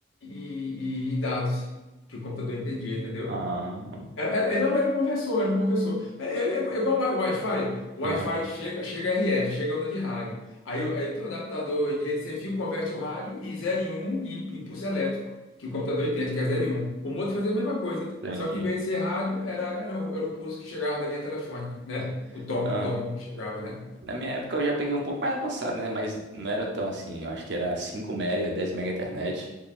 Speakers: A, on the left; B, on the right.
A: em, em em dados que o computador entendia, entendeu?
B: Ah,
A: Era- era- Ele não era um conversor, era um conversor. É, é- é é igual o Wi-Fi. O Wi-Fi
B: aham,
A: chega, chega RF, chega onda de rádio. Aí eu, aí eu tenho um adaptador de rede sem fio, converte o rádio em zero e um e, e pulso elétrico, que o computador entende que é zero e um O Moto fazia a mesma coisa,
B: entendi.
A: só que em vez de ser rádio, era, era, o, era o pulso que chegava da linha telefônica, né?
B: Ah,
A: O tom,
B: aham.
A: o tom que chegava, né?
B: Na minha época eu já peguei um pouco mais avançado, né? Mas não era tão assim. Eu acho que era 5 mega, 10 mega internet.